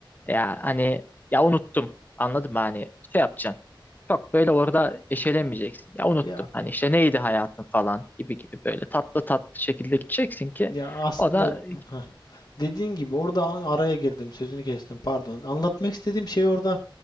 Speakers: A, on the left (about 20°); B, on the left (about 50°).
A: ya hani ya unuttum. Anladın mı? Hani şey yapacaksın. Çok böyle orada eşelemeyeceksin. Ya unuttum.
B: Ya
A: Hani işte neydi hayatın falan gibi gibi böyle tatlı tatlı şekilde gideceksin ki
B: ya aslında
A: o da
B: Dediğin gibi orada araya girdim, sözünü kestim pardon. Anlatmak istediğim şey orada